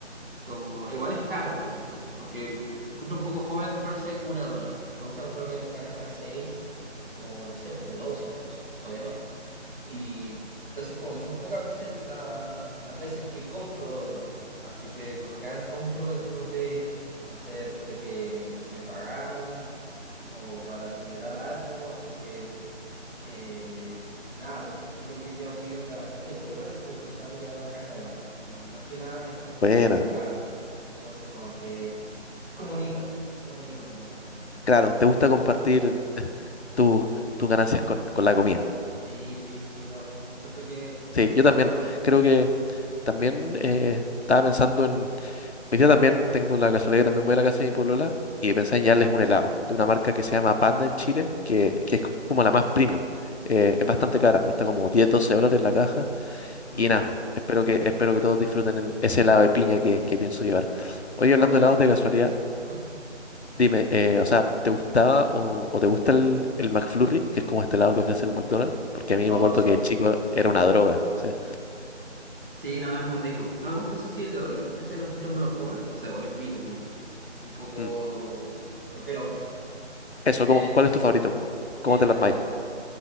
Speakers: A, on the right; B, on the left.
A: como, igual es caro, por ejemplo, porque encuentro un poco fome comprarse una dona. Me gusta comprarme una caja de 6 o, no sé, pues, de 2 incluso, o de 9. Y entonces como que son pocas veces la- las veces que compro donas. Así que por lo general compro después de, no sé, después de que me pagaron o para acelerar algo. Así que, eh, nada, por ejemplo, creo que hoy día voy a ir a la casa de mi polola y estoy pensando ya en una caja de donas. Y más que nada es porque,
B: Buena.
A: bueno, me pagaron. Entonces como que es como bonito, como bonito, como... como-
B: Claro, te gusta compartir tu- tus ganancias con, con la comida.
A: Sí, sí, sí, no, encuentro que...
B: Sí, yo también.
A: ah,
B: Creo que también eh, estaba pensando Hoy día también tengo la casualidad que también voy a la casa de mi polola y pensé en llevarles un helado de una marca que se llama Panda en Chile, que, que es como la más premium. Eh, es bastante cara, cuesta como 10-12 dólares la caja
A: mm,
B: y nada, espero que, espero que todos disfruten en ese helado de piña que, que pienso llevar.
A: sí,
B: Hoy
A: no,
B: hablando
A: pero
B: de helados
A: de-
B: de casualidad,
A: ¿Mm?
B: dime, eh, o sea, ¿te gustaba o, o te gusta el, el McFlurry, que es como este helado que ofrece el McDonald's? Porque a mí
A: Oh,
B: me acuerdo
A: sí.
B: que de chico era una droga. o sea,
A: Sí, no, es muy rico. No me gusta ese sí, el de Oreo. Ese no encuentro medio fome. O sea, igual es rico, pero un poco...
B: mm.
A: Prefiero otros.
B: Eso,
A: Eh,
B: ¿cómo-
A: entonces,
B: cuál es tu favorito? ¿Cómo
A: el...
B: te lo armáis?